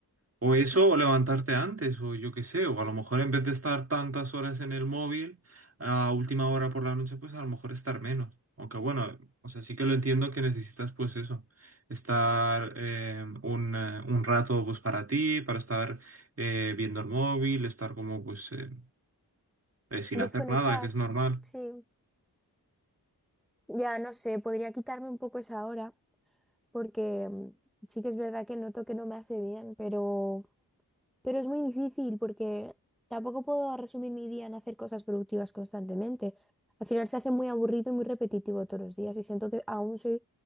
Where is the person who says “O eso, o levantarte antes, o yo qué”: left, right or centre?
Right